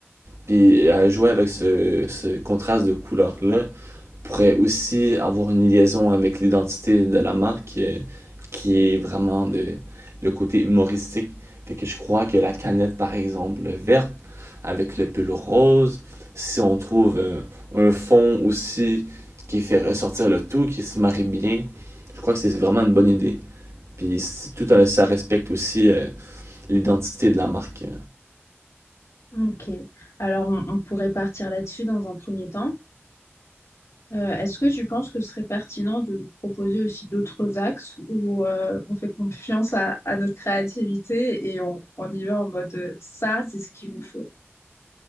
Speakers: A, on the right; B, on the left.
A: Puis à jouer avec ce, ce contraste de couleurs-là pourrait aussi avoir une liaison avec l'identité de la marque euh, qui est vraiment de- le côté humoristique. Fait que je crois que la canette, par exemple, verte avec le pull rose, si on trouve euh, un fond aussi qui fait ressortir le tout, qui se marie bien, je crois que c'est vraiment une bonne idée. Puis tout un- ça respecte aussi euh, l'identité de la marque.
B: Ok. Alors, on on pourrait partir là-dessus dans un premier temps. Euh, est-ce que tu penses que ce serait pertinent de proposer aussi d'autres axes où euh, on fait confiance à, à notre créativité et on, on y va en mode euh, ça, c'est ce qu'il vous faut?